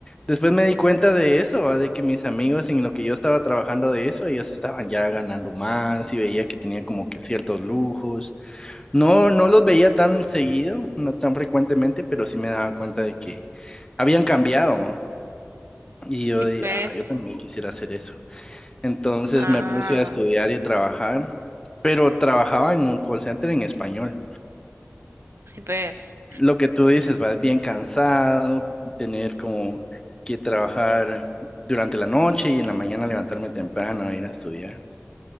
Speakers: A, on the left (about 20°); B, on the right (about 70°).
A: después me di cuenta de eso, ¿va? de que mis amigos en lo que yo estaba trabajando de eso, ellos estaban ya ganando más y veía que tenían como que ciertos lujos. No, no los veía tan seguido, no tan frecuentemente, pero sí me daba cuenta de que habían cambiado. Y yo
B: Sí,
A: dije,
B: pues,
A: ah, yo también quisiera hacer eso. Entonces
B: ah,
A: me puse a estudiar y a trabajar, pero trabajaba en un call center en español.
B: sí, pues,
A: Lo que tú dices, vas bien cansado, tener como que trabajar durante la noche y en la mañana levantarme temprano a ir a estudiar.